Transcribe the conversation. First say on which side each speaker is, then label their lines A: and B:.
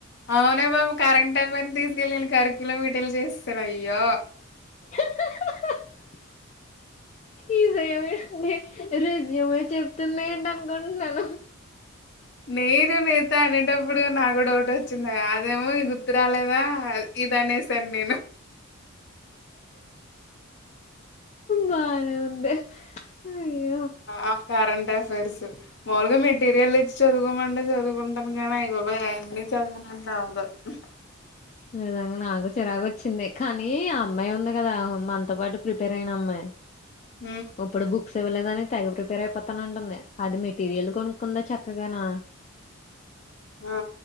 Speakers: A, on the left; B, on the left.
A: అవునే బాబు కరెంట్ అఫైర్ ను తీసుకెళ్ళి కరికులం వీటీలు చేసేసరు అయ్యో
B: <inaudible> ఈజయమే రెస్యుమే చెప్తుంది ఏంటనుకుంటున్నాను
A: నేను నేత అనేటప్పుడు నాకు డౌట్ వచ్చింది అదేమో గుర్తు రాలేదా అ ఇదనేసాను నేను
B: బానే ఉంది అయ్యో
A: ఆ కరెంట్ అఫైర్స్ మాములుగా మెటీరియల్ ఇచ్చి చదుకోమంటే చదువుకుంటాం కానీ అయ్య బాబోయు జమనందవుదు <unintelligible>
B: విధంగా నాకు చిరాగ్ వచ్చింది కానీ అమ్మాయి ఉంది కదా మనతో పాటు ప్రిపేర్ అయిన అమ్మాయి
A: హ్మ్
B: ఒప్పుడు బుక్స్ ఇవ్వలేదని తెగ ప్రిపేర్ అయిపోతానంటుంది అది మెటీరియల్ కొనుక్కుందా చక్కగాను
A: ఆ